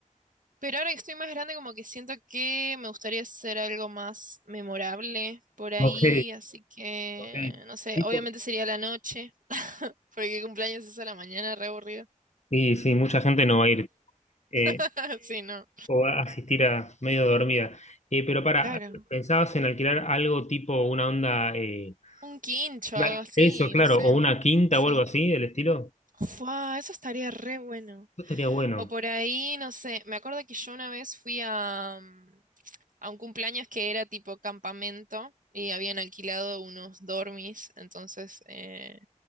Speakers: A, on the right (about 75°); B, on the left (about 55°).
A: Pero ahora que estoy más grande, como que siento que me gustaría hacer algo más memorable por ahí,
B: Ok,
A: así que,
B: ok.
A: no sé,
B: Tipo,
A: obviamente sería la noche, porque cumpleaños es a la mañana, re aburrido.
B: Sí, sí, mucha gente no va a ir. Eh,
A: <laughs> Sí, no.
B: O a- asistir a medio dormida. Eh, pero para,
A: Claro.
B: ¿pensabas en alquilar algo tipo una onda, eh,
A: Un quincho,
B: una-
A: algo así,
B: eso, claro,
A: no sé.
B: o una quinta
A: Sí.
B: o algo así del estilo?
A: Fua, eso estaría re bueno.
B: Eso estaría bueno.
A: O por ahí, no sé, me acuerdo que yo una vez fui a, mm, a un cumpleaños que era tipo campamento y habían alquilado unos dormis, entonces... eh,